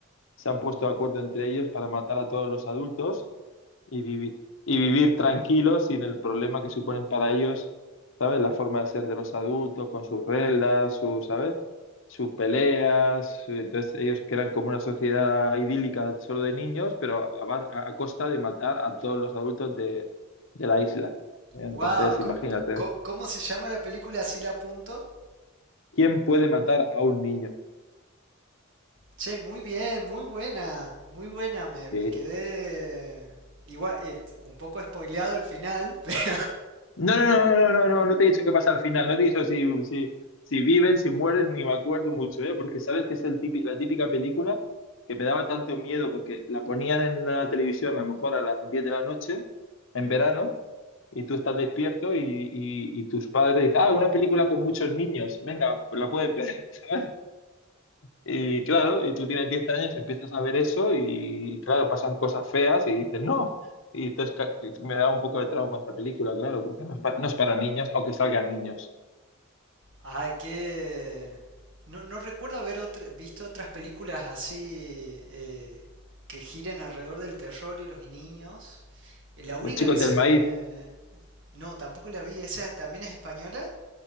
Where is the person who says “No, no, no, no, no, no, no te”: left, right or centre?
Left